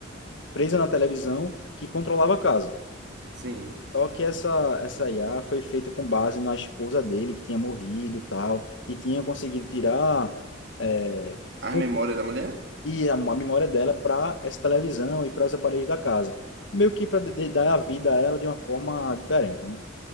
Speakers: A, on the left; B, on the right.
A: presa na televisão que controlava a casa.
B: Sim.
A: Só que essa, essa IA foi feita com base na esposa dele, que tinha morrido e tal, e tinha conseguido tirar é,
B: As
A: com-
B: memórias da mulher?
A: e a, a memória dela para essa televisão e para os aparelhos da casa. Meio que para dar a vida a ela de uma forma diferente, né?